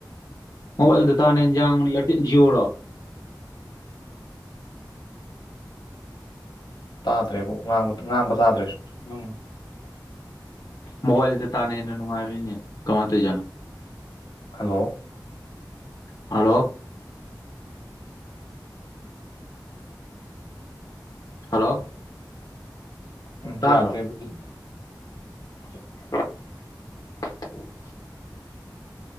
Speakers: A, on the left (about 50°); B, on the left (about 75°).
A: ꯃꯣꯕꯥꯏꯜ ꯗꯥꯇꯥꯅꯦ ꯍꯦꯟ ꯌꯥꯥꯡꯕꯅꯤ ꯏꯌꯔꯇꯦꯜ ꯖꯤꯑꯣꯔꯣ
B: ꯇꯥꯗ꯭ꯔꯦꯕꯣ ꯉꯥꯡꯕ ꯉꯥꯡꯕ ꯇꯥꯗ꯭ꯔꯦ ꯁꯨ ꯁꯨꯝ ꯅꯪ
A: ꯃꯣꯕꯥꯏꯜ ꯗꯥꯇꯥꯅ ꯍꯦꯟꯅ ꯅꯨꯡꯉꯥꯏꯕꯅꯤꯅꯦ ꯀꯃꯥ ꯇꯩꯖꯅꯣ
B: ꯍꯜꯂꯣ
A: ꯍꯂꯣ ꯍꯜꯂꯣ
B: ꯎꯝ
A: ꯇꯥꯗ꯭ꯔꯣ
B: ꯌꯥꯗ꯭ꯔꯦꯕꯨ ꯁꯤꯗꯤ
A: <inaudible>